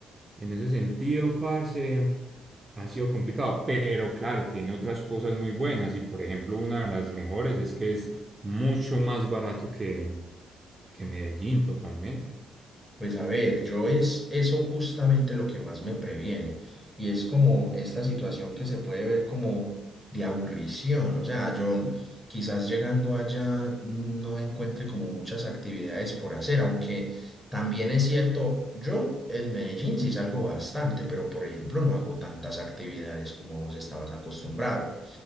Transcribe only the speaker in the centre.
Pues a ver, yo es eso justamente lo que más me previene y es como esta situación que se puede ver como de aburrición, o sea, yo n- quizás llegando allá no encuentre como muchas actividades por hacer, aunque también es cierto, yo en Medellín sí salgo bastante, pero por ejemplo no hago tantas actividades como vos estabas acostumbrado.